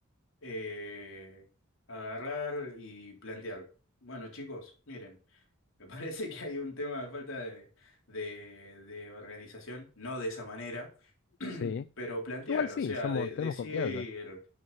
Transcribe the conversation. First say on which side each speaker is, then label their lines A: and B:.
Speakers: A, on the left; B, on the left.
A: eh, agarrar y plantear. Bueno, chicos, miren, <laughs> me parece que hay un tema de falta de, de, de organización, no de esa manera, <clears throat>
B: sí.
A: pero plantear,
B: Igual sí,
A: o sea,
B: somos,
A: de- decir,
B: tenemos confianza.